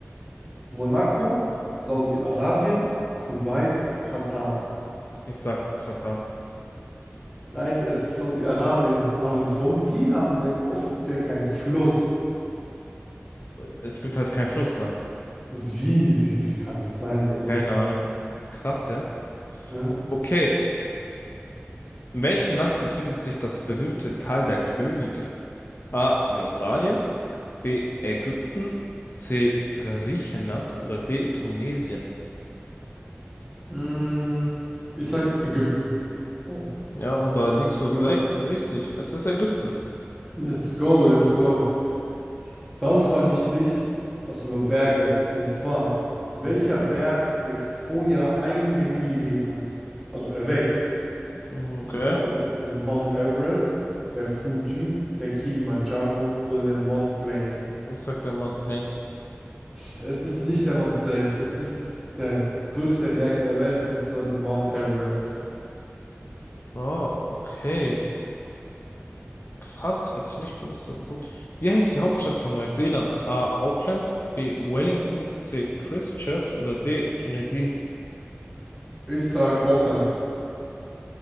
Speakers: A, in the centre; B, on the left.
A: Monaco, Saudi-Arabien, Kuwait, Katar.
B: Ich sag Katar.
A: Nein, es ist Saudi-Arabien. Aber das ist, warum, wie haben die denn offiziell keinen Fluss?
B: Es gibt halt keinen Fluss da.
A: Wie, wie, wie kann das sein? Also,
B: Keine Ahnung. Krass, ja.
A: ne?
B: Okay, in welchem Land befindet sich das berühmte Tal der Könige? A. Jordanien, B. Ägypten, C. Griechenland oder D. Tunesien.
A: Mm, ich sag Ägypten. Oh,
B: Ja, und da liegst du
A: wenn mein
B: recht,
A: Gott.
B: richtig. Es ist Ägypten.
A: Let's go, let's go. Dann frage ich dich was über Berge. Und zwar, welcher Berg wächst pro Jahr einige Millimeter? Also er wächst.
B: Okay.
A: Und zwar ist es der Mount Everest, der Fuji, der Kilimanjaro oder der Mont Blanc.
B: Was sagt der Mann Blank?
A: Es ist nicht der Mont Blanc, es ist der größte Berg der Welt und zwar der Mount Everest.
B: Ah, okay. Krass, hätte ich nicht gewusst, aber gut. Wie heißt die Hauptstadt von Neuseeland? A. Auckland, B. Wellington, C. Christchurch oder D. Dunedin.
A: Ich sag Auckland.